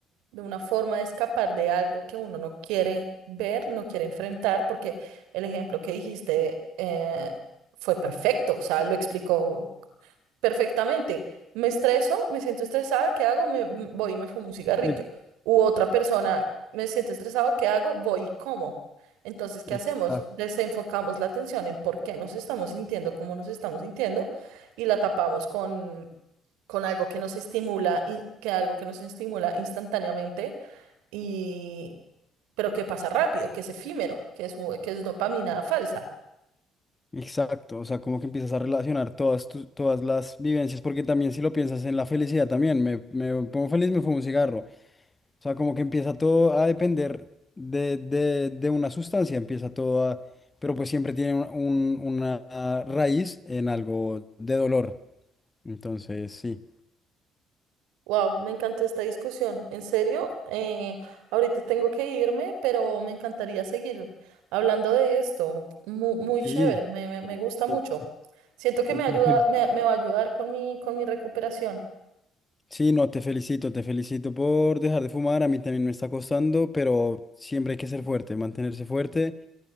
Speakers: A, on the right; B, on the left.
A: de una forma de escapar de algo que uno no quiere ver, no quiere enfrentar, porque el ejemplo que dijiste eh, fue perfecto, o sea, lo explicó perfectamente. Me estreso, me siento estresada, ¿qué hago? Me m- voy y me fumo un cigarrillo.
B: Sí.
A: U otra persona, me siento estresado, ¿qué hago? Voy y como. Entonces, ¿qué
B: Exacto.
A: hacemos? Desenfocamos la atención en por qué nos estamos sintiendo como nos estamos sintiendo y la tapamos con, con algo que nos estimula, in- que algo que nos estimula instantáneamente y pero que pasa rápido, que es efímero, que es, un- que es dopamina falsa.
B: Exacto, o sea, como que empiezas a relacionar todas, tus- todas las vivencias, porque también si lo piensas en la felicidad también, me, me pongo feliz, me fumo un cigarro, O sea, como que empieza todo a depender de, de- de una sustancia, empieza todo a... Pero pues siempre tiene un- un- una raíz en algo de dolor. Entonces, sí.
A: Wow, me encantó esta discusión. En serio, eh, ahorita tengo que irme, pero me encantaría seguir hablando de esto. Muy, muy
B: Sí.
A: chévere, me, me- me gusta mucho.
B: Sí,
A: Siento que
B: y
A: me
B: te
A: ayuda,
B: fel-
A: me, me va a ayudar con mi, con mi recuperación.
B: sí, no, te felicito, te felicito por dejar de fumar. A mí también me está costando, pero siempre hay que ser fuerte, mantenerse fuerte.